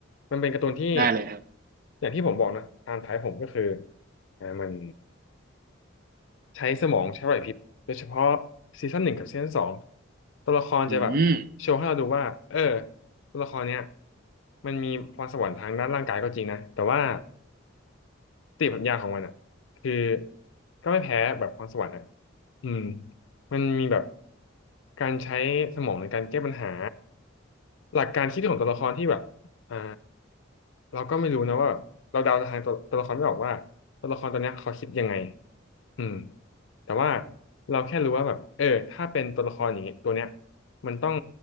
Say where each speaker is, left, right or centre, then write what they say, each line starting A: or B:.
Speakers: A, on the left; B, on the right.
A: มันเป็นการ์ตูนที่
B: ได้เลยครับ
A: อย่างที่ผมบอกนะตามท้ายผมก็คืออ่ามันใช้สมองใช้ไหวพริบโดยเฉพาะซีซั่นหนึ่งกับซีซั่นสองตัวละครจะแบบโชว์ให้เราดูว่าเออ
B: อืม
A: ตัวละครเนี้ยมันมีพรสวรรค์ทางด้านร่างกายก็จริงนะแต่ว่า สติปัญญาของมันอ่ะคือก็ไม่แพ้แบบพรสวรรค์อ่ะอืมมันมีแบบการใช้สมองในการแก้ปัญหาหลักการคิดของตัวละครที่แบบอ่าเราก็ไม่รู้นะว่าเราเดาทางตัวตัวละครไม่ออกว่าตัวละครตัวเนี้ยเขาคิดยังไงอืมแต่ว่าเราแค่รู้ว่าแบบเออถ้าเป็นตัวละครอย่างเงี้ยตัวเนี้ยมันต้อง